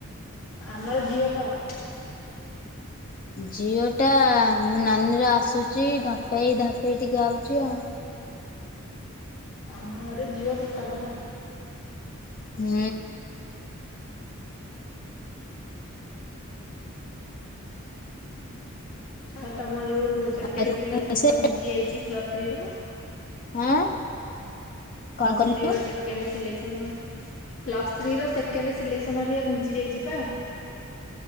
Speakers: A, on the left (about 65°); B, on the left (about 40°).
A: ଆମର ଜିଓ ପାଉନି।
B: ଜିଓଟା ମୋ ନାନୀର ଆସୁଚି
A: ଆମ
B: ଧପେଇ ଧପେଇ ଟିକେ ଆଉଚି ଆଉ।
A: ଆମ ଘରେ ଝିଅ କଟାଲ ନା
B: ହୁଁ।
A: ଆଉ ତମ ଯୋଉ ସେକେଣ୍ଡେ
B: ଆଜି କଣ
A: ସିଲେକ୍ସନ
B: ରୋଷେଇ
A: ଘୁଞ୍ଚି ଯାଇଚି ପ୍ଲସ ଥ୍ରୀ ର।
B: ଆଁ। କଣ
A: ପ୍ଲସ୍
B: କହିଲୁ?
A: ଥ୍ରୀ ର ଶେକେଣ୍ଡେ ସିଲେକ୍ସନ ପ୍ଲସ୍ ଥ୍ରୀ ର ସେକେଣ୍ଡେ ସିଲେକ୍ସନ <unintelligible> ଘୁଞ୍ଚି ଯାଇଚି ପା।